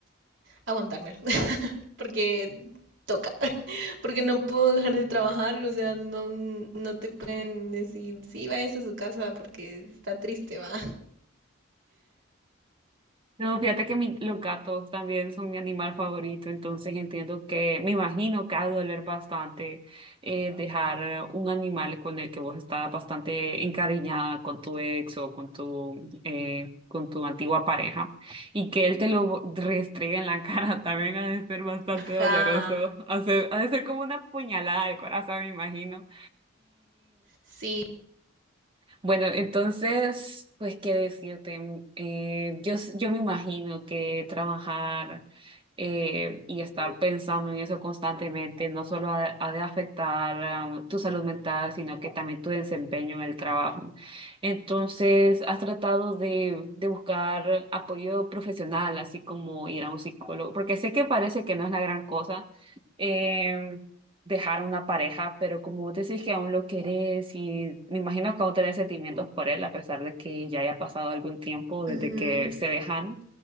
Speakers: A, on the right; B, on the right.
A: aguantármelo. <laughs> porque toca, <laughs> porque no puedo dejar de trabajar, o sea, no, no te pueden decir, sí, vayas a su casa porque está triste, va.
B: No, fíjate que mi- los gatos también son mi animal favorito, entonces entiendo que, me imagino que ha de doler bastante eh, dejar un animal con el que vos estás bastante encariñada con tu ex o con tu, eh, con tu antigua pareja y que él te lo restregue en la cara <laughs> también ha de ser bastante
A: Ajá,
B: doloroso, ha de ser ha de ser como una puñalada al corazón, me imagino.
A: sí,
B: Bueno, entonces, pues, ¿qué decirte? mm, Eh, yo, s- yo me imagino que trabajar eh, y estar pensando en eso constantemente no solo ha, ha de afectar am, tu salud mental, sino que también tu desempeño en el trabajo. Entonces, ¿has tratado de, de buscar apoyo profesional, así como ir a un psicólogo? Porque sé que parece que no es la gran cosa. em, dejar a una pareja, pero como vos decís que aún lo querés y me imagino que aún tenés sentimientos por él, a pesar de que ya haya pasado algún tiempo desde
A: ujú,
B: que se dejaron,